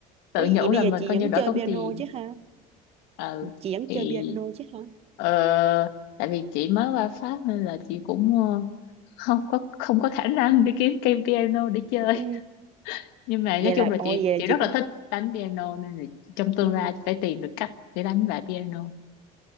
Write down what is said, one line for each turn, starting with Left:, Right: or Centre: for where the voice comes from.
Left: tự
Right: ủa
Left: nhủ
Right: vậy
Left: là
Right: bây giờ
Left: mình
Right: chị
Left: coi như
Right: vẫn
Left: đỡ
Right: chơi
Left: tốn
Right: piano
Left: tiền
Right: chứ ha
Left: ừ
Right: chị vẫn
Left: thì
Right: chơi piano chứ hả
Left: ờ, tại vì chị mới qua Pháp nên là chị cũng ờ, không có không có khả năng đi kiếm cây piano để chơi
Right: ừ.
Left: <laughs> nhưng mà
Right: vậy
Left: nói chung
Right: là
Left: là
Right: ôi
Left: chị
Right: vậy là
Left: chị rất
Right: chị cũng
Left: là thích đánh piano nên là trong tương
Right: ừ.
Left: lai chị phải tìm được cách để đánh lại piano